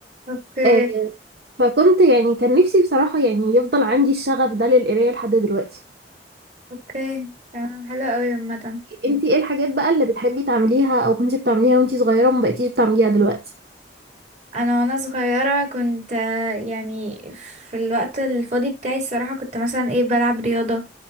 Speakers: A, on the right; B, on the right.
A: اوكي
B: آه فكنت يعني كان نفسي بصراحة يعني يفضل عندي الشغف ده للقراية لحد دلوقتي
A: اوكي تمام حلو قوي عامة
B: انتي ايه الحاجات بقى اللي بتحبي تعمليها او كنتي بتعمليها وانتي صغيرة وما بقيتيش بتعمليها دلوقتي
A: انا وانا صغيرة كنت آه، يعني في الوقت الفاضي بتاعي الصراحة كنت مثلا ايه بلعب رياضة